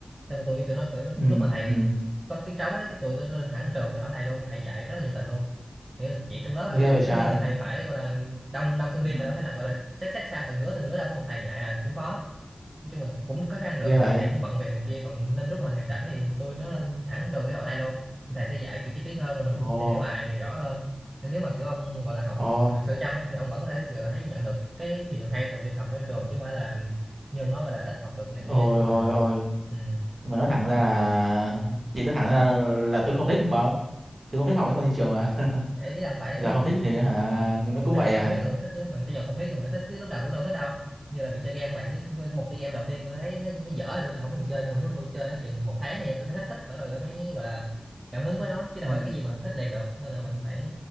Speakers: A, on the right (about 40°); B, on the right (about 55°).
A: xong rồi tôi tụi nó kiểu
B: ừ
A: lúc mà thầy
B: ừ
A: có tiếng trống ấy cái tụi tôi lên thẳng trường để hỏi thầy luôn thầy dạy rất là nhiệt tình luôn Kiểu chỉ trong lớp
B: ghê
A: là học
B: vậy trái
A: tất nhiên là thầy phải gọi là đông đông sinh viên
B: ừ.
A: mà đâu thế nào gọi là xét xét sao từng đứa từng đứa đâu có một thầy dạy à cũng khó nói chung là cũng có khăn được
B: ghê
A: nhưng
B: vậy
A: mà thầy cũng bận việc này kia còn nên lúc mà thầy rảnh thì tôi nó lên thẳng trường để hỏi thầy luôn thì thầy sẽ dạy kiểu chi tiết hơn rồi mình
B: ồ
A: cũng sẽ hiểu bài rõ hơn nên nếu mà kiểu ông gọi là học
B: ồ
A: thật sự chăm ấy, thì ông vẫn có thể gọi là thấy nhận được cái điều hay từ việc học trên trường chứ không phải là như ông nói gọi là ít học được này kia
B: ôi
A: nhưng
B: ôi
A: mà
B: ôi
A: ừ.
B: mà nói thẳng ra là chị nói thẳng ra là, là tôi không thích mà không tôi không thích học mấy môn như trường mà <laughs>
A: ý là phải
B: giờ không thích thì hả
A: ừ,
B: nó
A: mình
B: cũng
A: phải
B: vậy
A: dồn
B: à
A: tâm huyết rồi mới thích chứ mình phải dồn tâm huyết rồi mới thích chứ lúc đầu tôi đâu thích đâu như là việc chơi game cũng vậy chứ một chơi game đầu tiên tôi thấy nó, nó dở rồi tôi không thèm chơi nhưng mà nếu mà tôi chơi nó chừng một tháng thì tôi thấy nó thích bởi rồi mới gọi là cảm hứng với nó chứ đâu
B: ừ.
A: phải cái gì mà mình thích liền được nên là mình phải